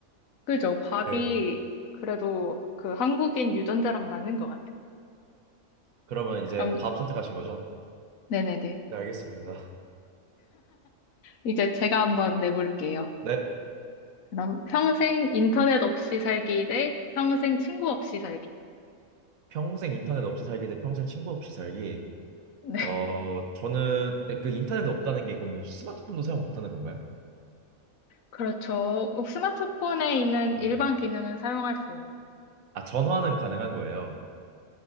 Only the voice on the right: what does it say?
네.
그러면 이제
밥 선택하신 거죠?
네 알겠습니다.
<laughs> 네.
평생 인터넷 없이 살기 대 평생 친구 없이 살기.
어,
저는 그 인터넷 없다는 게 그러면 스마트폰도 사용 못하는 건가요?
네.
아, 전화는 가능한 거예요.